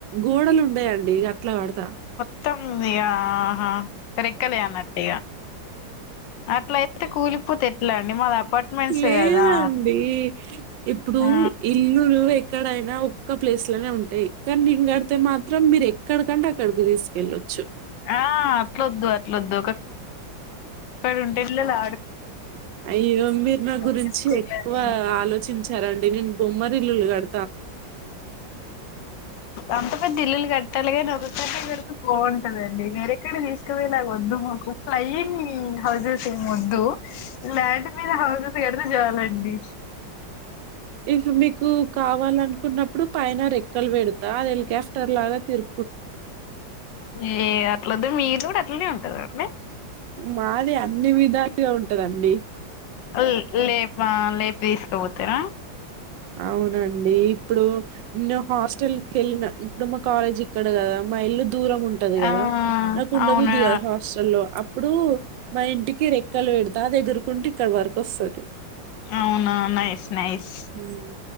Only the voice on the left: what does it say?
త్తం ఇగ ఆహా రెక్కలే అన్నట్టు ఇగ అట్లెయితే కూలిపోతె ఎట్లా అండి మాది అపార్ట్మెంట్స్
కదా
ఆ
ఆ అట్లొద్దు అట్లొద్దు ఒక <unintelligible> ఉంటే వెళ్ళలా
తీసుకున్నది
అంత పెద్ద ఇళ్ళులు కట్టాలిగాని ఒక క్కడినే కడితే బావుంటదండి వేరెక్కడ తీసుకుపోయేలాగ వద్దు మాకు ఫ్లైయింగ్ హౌసెస్ ఏం వద్దు ల్యాండ్ మీద హౌజెస్ క్కడిదే చాలండి
ఏ అట్లొద్దు మీరు కూడా అట్లనే ఉ కదాండి
లే లేప లేపస్కపోతర
ఆ
అవునా
అవునా నైస్ నైస్